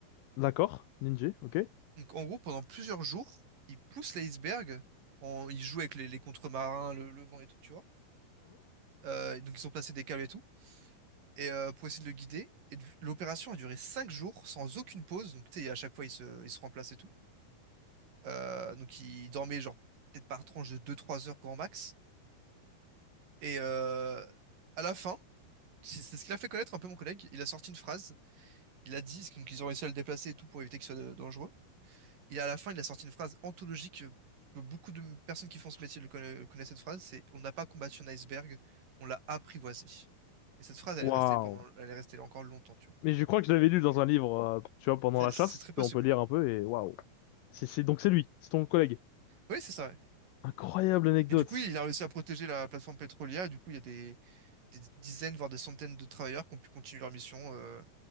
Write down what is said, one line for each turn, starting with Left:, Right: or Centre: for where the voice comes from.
Left: D'accord. Ninja. Ok.
Right: Donc, en gros, pendant plusieurs jours, ils poussent l'iceberg. En... Ils jouent avec les, les contre-marins, le, le vent et tout, tu vois. Euh, donc, ils ont placé des câbles et tout. Et euh, pour essayer de le guider. Et du- l'opération a duré cinq jours sans aucune pause. Donc, tu sais, à chaque fois, ils se, ils se remplacent et tout. Euh, donc, ils dormaient, genre, peut-être par tranche de 2-3 heures grand max. Et euh, à la fin, c'est c'est ce qui l'a fait connaître un peu mon collègue. Il a sorti une phrase. Il a dit, donc, ils ont réussi à le déplacer et tout pour éviter qu'il soit euh, dangereux. Et à la fin, il a sorti une phrase anthologique euh, que beaucoup de personnes qui font ce métier le conna- euh, connaissent cette phrase, c'est on n'a pas combattu un iceberg, on l'a apprivoisé. Et cette phrase, elle est
Left: Waouh.
Right: restée pendant, elle est restée là encore longtemps, tu vois.
Left: Mais je crois que je l'avais lu dans un livre, euh, tu vois, pendant
Right: C'est
Left: la
Right: c'est
Left: chasse.
Right: très possible.
Left: On peut lire
Right: ouais.
Left: un peu et waouh. C'est, c'est, donc c'est lui, c'est ton collègue.
Right: Oui, c'est ça. ouais.
Left: Incroyable anecdote.
Right: Et du coup, il a réussi à protéger la plateforme pétrolière. Et du coup, il y a des, des dizaines, voire des centaines de travailleurs qui ont pu continuer leur mission euh,